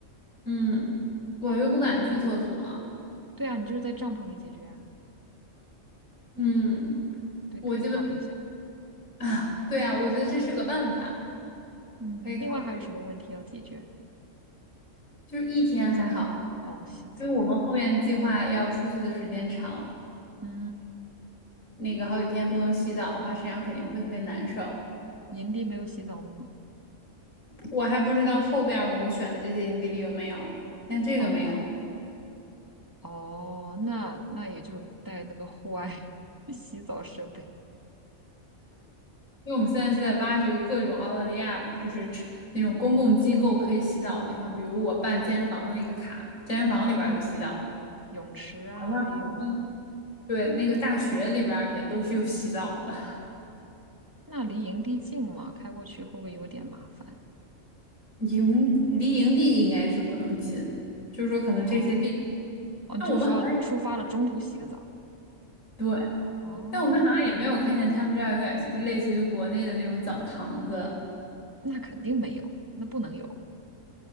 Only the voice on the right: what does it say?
对啊，你就是在帐篷里解决啊。
对，
可以考虑一下。
嗯，
你另外还有什么问题要解决？
洗澡是吧？哦，洗澡，
嗯，
营地没有洗澡的吗？
哦哦，那那也就带那个户外 <laughs> 洗澡设备，
嗯，泳池啊也有啊。
那离营地近吗？开过去会不会有点麻烦？
哦，嗯哦，
就是说出发了中途洗个澡。
哦，
那肯定没有，那不能有，